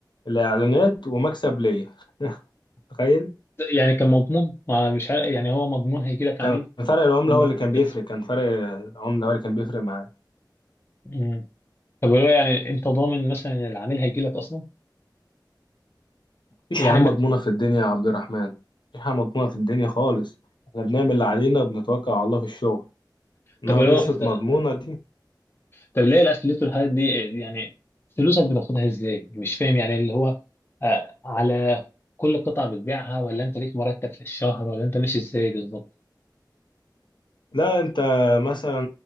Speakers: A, on the left (about 75°); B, on the left (about 30°).
A: الاعلانات ومكسب ليا <laughs> تخيل
B: يعني كان مضمون ما مش عارف يعني هو مضمون هيجي لك عميل
A: كان فرق العمله
B: ولا
A: هو اللي
B: أنت
A: كان بيفرق
B: بتخسر؟
A: كان فرق العمله هو اللي كان بيفرق معايا
B: مم. طب لو يعني انت ضامن مثلا ان العميل هيجي لك اصلا
A: مفيش
B: يعني
A: حاجه مضمونه
B: ما
A: في الدنيا يا عبد الرحمن مفيش حاجه مضمونه في الدنيا خالص احنا بنعمل اللي علينا وبنتوكل على الله في الشغل انما
B: طب لو
A: قصه
B: مثلا
A: مضمونه دي
B: طب ليه الافليت والحاجات دي يعني فلوسك بتاخدها ازاي مش فاهم يعني اللي هو آه، على كل قطعة بتبيعها ولا انت ليك مرتب في الشهر ولا انت ماشي ازاي بالظبط
A: لا انت مثلا